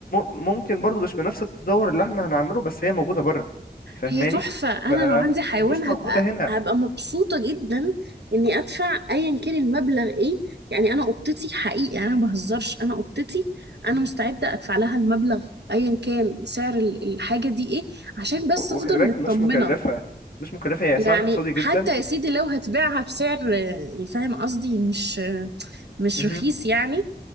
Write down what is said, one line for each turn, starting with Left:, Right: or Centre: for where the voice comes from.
Left: ممكن برضو مش بنفس التطور اللي احنا هنعمله بس هي موجودة بره فاهماني
Right: هي تحفة أنا لو عندي حيوان
Left: ومش
Right: هبقى
Left: موجودة هنا
Right: هبقى مبسوطة جدا إني أدفع أيا كان المبلغ إيه يعني أنا قطتي حقيقي يعني أنا ما بهزرش أنا قطتي أنا
Left: مم.
Right: مستعدة أدفع لها المبلغ أيا كان سعر ال- الحاجة دي إيه عشان بس
Left: وخلي
Right: أفضل
Left: بالك
Right: مطمنة
Left: مش مكلفة مش مكلفة هي
Right: يعني
Left: سعر اقتصادي جدا
Right: حتى يا سيدي لو هتبيعها بسعر آه، فاهم قصدي مش آه، مش
Left: مهم.
Right: رخيص يعني